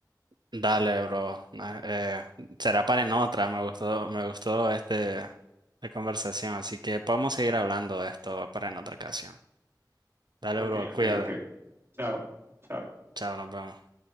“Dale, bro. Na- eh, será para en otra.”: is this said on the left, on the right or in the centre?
Right